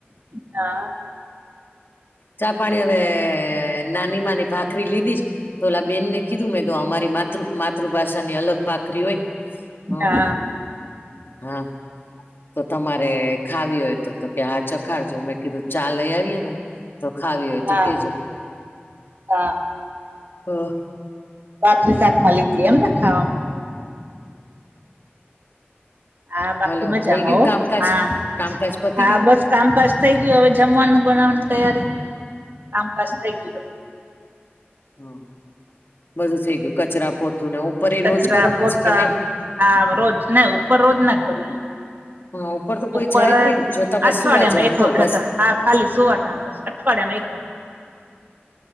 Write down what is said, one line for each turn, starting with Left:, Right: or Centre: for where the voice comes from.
Right: ના
Left: ચા પાણી હવે નાની માની ભાખરી લીધી છે ઓલા બેનને કીધું મેં તો અમારી મા તૃ માતૃભાષાની અલગ ભાકરી હોય અ
Right: હા
Left: હા તો તમારે ખાવી હોય તો કે હા ચખાડજો મેં કીધું ચા ચા લઈ આવીએ ને તો ખાવી હોય
Right: હા
Left: તો કેજો
Right: હા
Left: અહ
Right: બાખરી સાથમાં લીધી એમને ખાવામાં હા બાકી
Left: હલો
Right: મજામાં
Left: થઈ ગયું
Right: હો
Left: કામકાજ
Right: હા
Left: કામકાજ પતી
Right: હા
Left: ગયું
Right: બસ કામકાજ થઇ ગયું હવે જમવાનું બનાવવાનું તૈયારી કામકાજ થઈ ગયું બધું
Left: હા બધું થઈ ગયું કચરા પોતું ને ઉપર એ
Right: કચરા
Left: રોજ કરો પછી
Right: પોતા
Left: કે નહી?
Right: હા રોજ ના ઉપર રોજ ના કરીએ.
Left: હા તો કોઈ
Right: ઉપર
Left: જાય જ
Right: અઠવાડિયામાં
Left: નહી જો તમે સુવા જાવ
Right: એક
Left: તો
Right: વખત
Left: બસ
Right: હા ખાલી સોવા ટાળે બસ અઠવાડિયામાં એક વખત